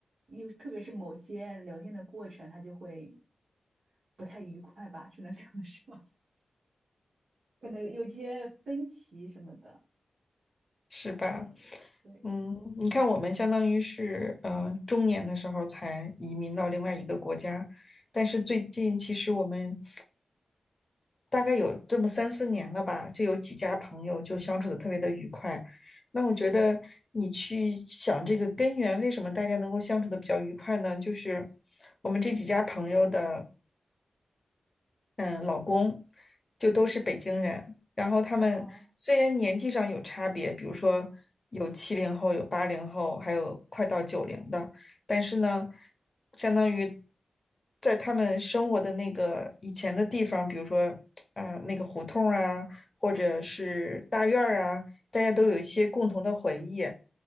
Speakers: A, on the right; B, on the left.
A: 又特别是某些聊天的过程，他就会不太愉快吧，只能这样说，<laughs> 可能有些分歧什么的。
B: 是吧？
A: 对对，
B: 嗯，你看，我们相当于是，呃，中年的时候才移民到另外一个国家，但是最近其实我们大概有这么三四年了吧，就有几家朋友就相处的特别的愉快。那我觉得你去想这个根源，为什么大家能够相处的比较愉快呢？就是我们这几家朋友的。嗯老公，就都是北京人。然后他们虽然年纪上有差别，
A: 哦，
B: 比如说有七零后、有八零后，还有快到九零的，但是呢，相当于在他们生活的那个以前的地方，比如说呃那个胡同啊，或者是大院儿啊，大家都有一些共同的回忆。